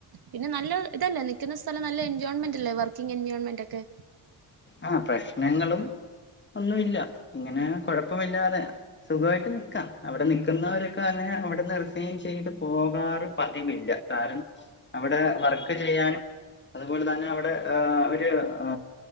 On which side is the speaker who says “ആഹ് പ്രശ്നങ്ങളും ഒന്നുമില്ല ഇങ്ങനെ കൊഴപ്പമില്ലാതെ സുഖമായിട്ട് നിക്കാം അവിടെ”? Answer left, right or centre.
Left